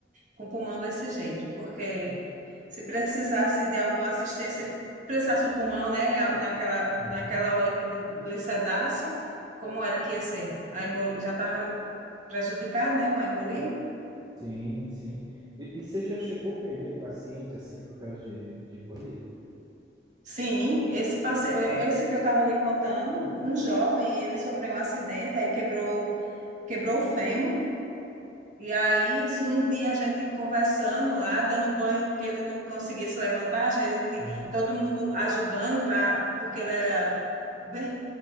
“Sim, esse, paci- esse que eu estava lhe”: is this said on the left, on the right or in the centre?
Right